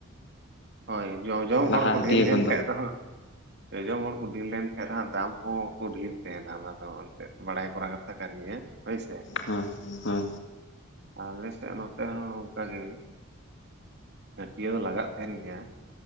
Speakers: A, on the right (about 50°); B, on the left (about 55°).
A: ᱦᱳᱭ ᱡᱚᱡᱚᱢ
B: ᱞᱟᱦᱟ
A: ᱦᱚᱲ ᱠᱚ
B: ᱦᱟᱹᱴᱤᱭᱟᱹ
A: ᱰᱷᱮᱨ ᱞᱮᱱ
B: ᱠᱷᱚᱱ
A: ᱠᱷᱟᱱᱡ ᱫᱚ ᱦᱟᱸᱜ ᱡᱚᱡᱚᱢ ᱦᱚᱲ ᱠᱚ ᱰᱷᱮᱨ ᱞᱮᱱ ᱠᱷᱟᱱ ᱫᱚ ᱦᱟᱸᱜ ᱫᱟᱢ ᱦᱚᱸ ᱵᱟᱠᱩ ᱰᱷᱮᱨ ᱛᱟᱦᱮᱸᱱᱟ ᱚᱱᱟ ᱫᱚ ᱮᱱᱛᱮᱫ ᱵᱟᱲᱟᱭ ᱠᱚᱨᱟ ᱠᱟᱛᱷᱟ ᱠᱟᱱ ᱜᱮᱭᱟ ᱦᱳᱭᱥᱮ
B: ᱦᱚᱸ ᱦᱚᱸ
A: ᱟᱞᱮ ᱥᱮᱫ ᱱᱚᱛᱮ ᱦᱚᱸ ᱚᱱᱠᱟ ᱜᱮ ᱦᱟᱹᱴᱭᱟᱹ ᱞᱟᱜᱟᱜ ᱛᱟᱦᱮᱸᱱ ᱜᱮᱭᱟ